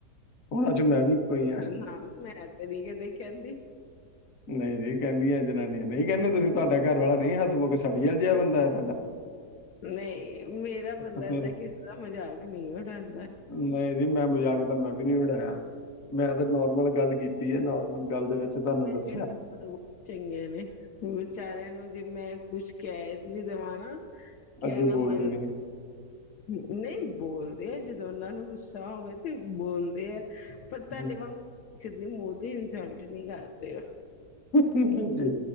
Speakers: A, on the left; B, on the left.
A: ਉਹਨਾਂ ਚ ਮੈਂ ਵੀ ਇੱਕੋ ਈ ਆ।
B: ਨਾ ਮੈਂ ਤੇ ਮੈਂ ਨੀ ਕਦੇ ਕਹਿੰਦੀ।
A: ਨਈ ਜੀ ਕਹਿੰਦੀਆਂ ਜਨਾਨੀਆਂ ਨਈ, ਕਹਿੰਦੇ ਤੁਸੀਂ ਤੁਹਾਡਾ ਘਰ ਵਾਲਾ ਨਹੀਂ ਹੱਸ ਮੁਖ ਕਿ ਸਡਿਆਲ ਜਾ ਬੰਦਾ ਤੁਹਾਡਾ, <inaudible>
B: ਨਈ, ਮੇਰਾ ਬੰਦਾ
A: ਤਾਂ ਫਿਰ
B: ਏਦਾਂ ਕਿਸੇ ਦਾ ਮਜ਼ਾਕ ਨੀ ਉਡਾਂਦਾ।
A: ਨਹੀਂ ਜ ਮੈਂ ਮਜਾਕ ਤਾਂ ਮੈਂ ਵੀ ਨੀ ਉਡਾਇਆ। ਮੈਂ ਤੇ ਨੋਰਮਲ ਗੱਲ ਕੀਤੀ ਏ, ਨੋਰਮਲ ਗੱਲ ਦੇ ਵਿੱਚ ਤੁਆਨੂੰ ਦੱਸ
B: <unintelligible> ਬਹੁਤ ਚੰਗੇ ਨੇ ਵਿਚਾਰਿਆਂ ਨੂੰ ਜੇ ਮੈਂ ਕੁਛ ਕਹਿ ਵੀ ਦੇਵਾ ਨਾ। ਕਹਿਣਾ
A: ਅੱਗੇ ਬੋਲਦੇ
B: ਮੰਨ
A: ਨੇ।
B: ਨਹੀਂ ਬੋਲਦੇ ਆ ਜਦੋਂ ਉਹਨਾਂ ਨੂੰ ਗੁੱਸਾ ਹੋਵੇ ਤੇ ਬੋਲਦੇ ਆ। ਪਰ ਤੁਹਾਡੇ
A: ਹਮ।
B: ਵਾਂਗੂ ਕਿਸ ਦੀ ਮੌਤ ਦੀ ਇਨਸਲਟ ਨਹੀਂ ਕਰਦੇ।
A: ਕੀ ਬੇ